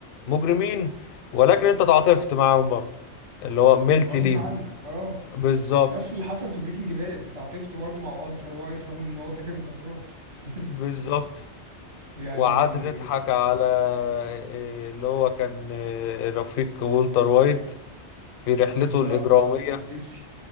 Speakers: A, on the left (about 60°); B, on the right (about 65°).
A: مجرمين ولكن أنت تعاطفت معاهم برضه اللي هو ملت
B: غصب
A: ليهم
B: عنك اه
A: بالظبط
B: نفس اللي حصل في بريكنج باد اتعاطفت برضه مع والتر وايت رغم ان هو تاجر مخدرات <laughs>
A: بالظبط
B: يعني
A: وقعدت تضحك على آه، اللي هو كان آه، رفيق والتر وايت في رحلته
B: بالظبط
A: الإجرامية
B: جيسي